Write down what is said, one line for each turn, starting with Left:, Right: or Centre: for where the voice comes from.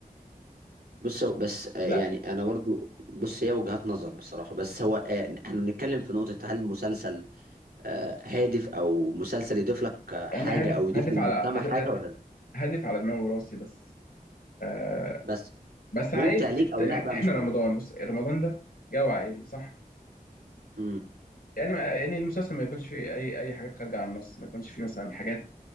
Right: بص هو- بس آه،
Left: لا
Right: يعني انا برضو بص هي وجهات نظر بصراحة بس هو آه، احنا بنتكلم في نقطة هل المسلسل آه، هادف او مسلسل يضيف لك آه، حاجة
Left: يا عم هادف
Right: او يضيف
Left: هادف
Right: للمجتمع
Left: على هاد-
Right: حاجة ولا لا
Left: هادف على دماغي وراسي بس آه
Right: بس
Left: بس عائلي
Right: ممتع ليك او لا بقى
Left: احنا
Right: مش
Left: رمضان
Right: مهم
Left: بص رمضان ده جو عائلي صح
Right: امم
Left: يعني ما يعني المسلسل ما يكونش فيه اي اي حاجات خارجه عن النص ما يكونش فيه مثلا حاجات